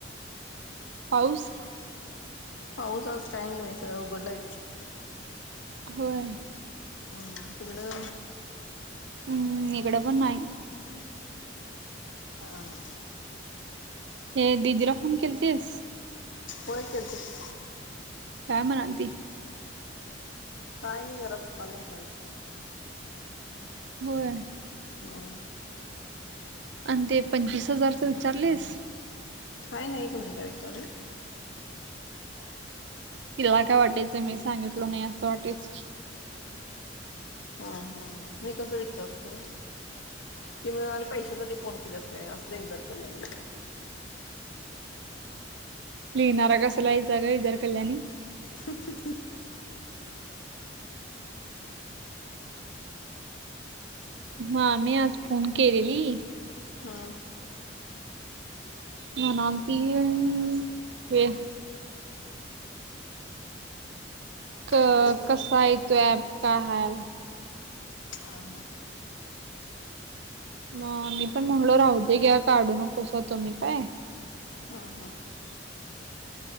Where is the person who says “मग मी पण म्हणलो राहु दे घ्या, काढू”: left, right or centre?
Right